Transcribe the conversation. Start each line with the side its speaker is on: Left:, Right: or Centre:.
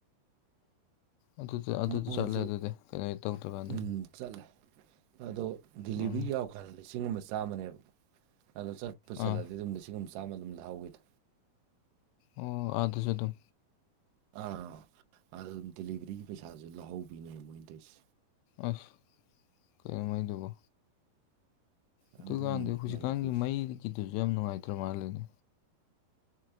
Left: ꯑꯗꯨꯗ ꯑꯗꯨꯗ
Right: ꯃꯣꯏꯁꯨ
Left: ꯆꯠꯂꯦ ꯑꯗꯨꯗꯤ ꯀꯩꯅꯣ ꯇꯧꯗ꯭ꯔꯀꯥꯟꯗꯗꯤ
Right: ꯎꯝ ꯆꯠꯂꯦ ꯑꯗꯣ ꯗꯤꯂꯤꯚꯔꯤ
Left: ꯎꯝ
Right: ꯌꯥꯎ ꯀꯥꯟꯗ ꯂꯤꯁꯤꯡ ꯑꯃ ꯆꯥꯝꯃꯅꯦꯕ ꯑꯗꯣ ꯆꯠꯄ ꯄꯨꯠꯆꯜꯂꯗꯤ
Left: ꯑꯥ
Right: ꯑꯗꯨꯝ ꯂꯤꯁꯤꯡꯒꯨꯝ ꯆꯥꯝꯃ ꯑꯗꯨꯝ ꯂꯧꯍꯧꯏꯗ
Left: ꯑꯣ ꯑꯗꯨꯁꯨ ꯑꯗꯨꯝ
Right: ꯑꯥ ꯑꯗꯨꯝ ꯗꯗꯤꯂꯤꯚꯔꯤꯒꯤ ꯄꯩꯁꯥꯥꯁꯦ ꯂꯧꯍꯧꯕꯤꯅꯦ ꯃꯣꯏꯅ ꯇꯧꯔꯤꯁꯦ
Left: ꯑꯁ ꯀꯩꯝꯃꯗꯨꯕꯣ ꯑꯗꯨꯀꯥꯟꯗꯤ
Right: ꯑꯗꯨꯅꯤꯅꯦ
Left: ꯍꯧꯖꯤꯛꯀꯥꯟꯒꯤ
Right: ꯃꯅꯤꯄꯨꯔꯁꯦ
Left: ꯃꯩꯒꯤꯗꯨꯁꯨ ꯌꯥꯝ ꯅꯨꯡꯉꯥꯏꯇ꯭ꯔ ꯃꯥꯜꯂ‌ꯦꯅꯦ